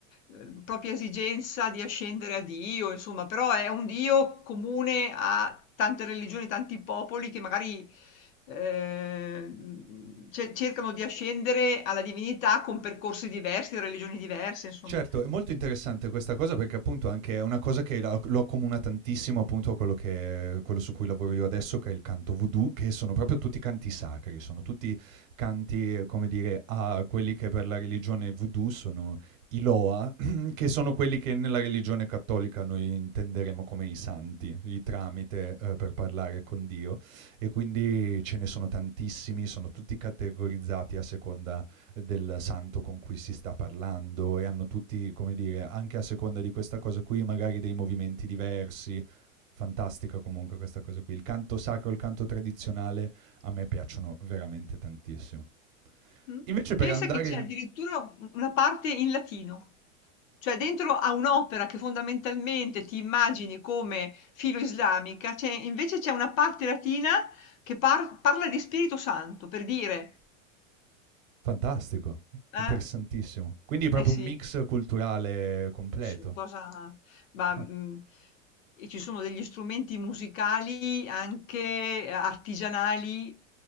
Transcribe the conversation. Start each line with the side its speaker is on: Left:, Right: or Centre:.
Left: ehm, propria esigenza di ascendere a Dio, insomma, però è un Dio comune a tante religioni, tanti popoli che magari, ehm, ce cercano di ascendere alla divinità con percorsi diversi, religioni diverse, insomma.
Right: Certo, è molto interessante questa cosa perché appunto anche è una cosa che la lo accomuna tantissimo appunto a quello che quello su cui lavoro io adesso, che è il canto voodoo, che sono proprio tutti canti sacri, sono tutti canti, eh, come dire, a quelli che per la religione voodoo sono i loa, <clears throat> che sono quelli che nella religione cattolica noi intenderemo come i santi, i tramite, ehm, per parlare con Dio e quindi ce ne sono tantissimi, sono tutti categorizzati a seconda del santo con cui si sta parlando e hanno tutti, come dire, anche a seconda di questa cosa qui, magari dei movimenti diversi. Fantastica comunque questa cosa qui. Il canto sacro e il canto tradizionale a me piacciono veramente tantissimo.
Left: Mh.
Right: Invece per
Left: Pensa
Right: andare...
Left: che c'è addirittura u una parte in latino. Cioè dentro a un'opera che fondamentalmente ti immagini come filo-islamica, c'è invece c'è una parte latina che par- parla di Spirito Santo, per dire.
Right: Fantastico,
Left: Eh,
Right: interessantissimo. Quindi è proprio
Left: eh sì.
Right: un mix culturale completo.
Left: Sì, una cosa ma,
Right: Ah,
Left: mhmm, e ci sono degli strumenti musicali anche artigianali,